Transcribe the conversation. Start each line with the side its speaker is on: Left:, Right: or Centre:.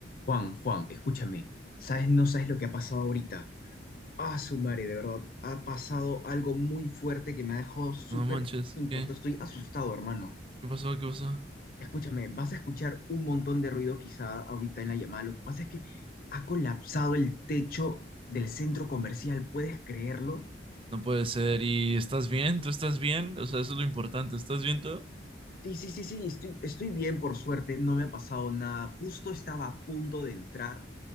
Left: Juan, Juan, escúchame, ¿sabes? No sabes lo que ha pasado ahorita. Ah, su madre, de verdad, ha pasado algo muy fuerte que me ha dejado súper
Right: No manches,
Left: impactado.
Right: ¿qué?
Left: Estoy asustado, hermano.
Right: ¿Qué pasó? ¿Qué pasó?
Left: Escúchame, vas a escuchar un montón de ruido quizá ahorita en la llamada. Lo que pasa es que ha colapsado el techo del centro comercial, ¿puedes creerlo?
Right: No puede ser. ¿Y estás bien? ¿Tú estás bien? O sea, eso es lo importante. ¿Estás bien tú?
Left: Sí, sí, sí, sí, estoy, estoy bien, por suerte, no me ha pasado nada. Justo estaba a punto de entrar